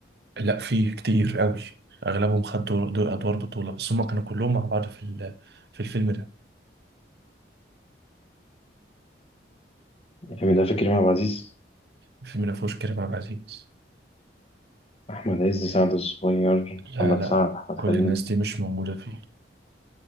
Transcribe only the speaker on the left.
الفيلم ده فيه كريم عبد العزيز
أحمد عز سعد الصغير
محمد
سعد أحمد
حلمي